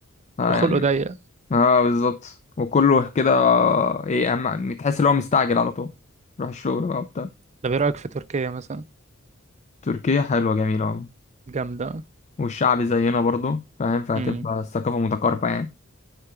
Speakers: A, on the left; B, on the right.
A: اه
B: الخلق
A: يعني
B: ضيق
A: اه بالظبط وكله كده ايه أهم تحس إن هو مستعجل على طول روح الشغل بقى وبتاع
B: طب ايه رأيك في تركيا مثلا
A: تركيا حلوة جميلة
B: جامدة
A: والشعبي زينا برضو فاهم فهتبقى
B: امم
A: الثقافة متقاربة يعني